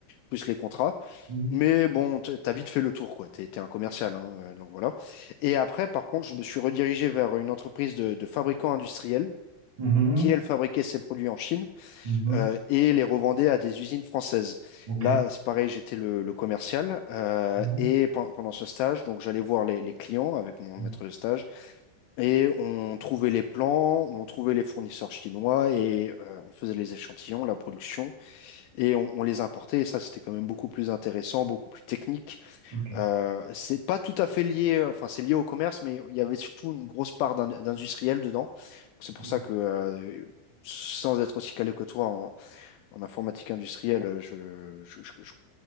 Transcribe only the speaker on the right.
Mhm.
Ok. Mhm.
Mhm.
Mhm.
Ok.
Mhm.
Mhm.
Ok.
Mhm.